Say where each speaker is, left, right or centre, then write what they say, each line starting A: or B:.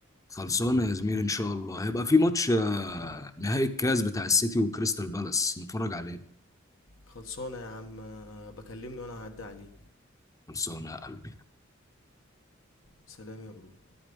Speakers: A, on the left; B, on the left.
A: خلصانه يا زميلي ان شاء الله هيبقى في ماتش آه، نهائي الكاس بتاع السيتي وكريستال بالاس نتفرج عليه
B: خلصانة يا عم أنا- بكلمني وأنا هعدي عليه
A: خلصانه يا قلبي
B: سلام يا برو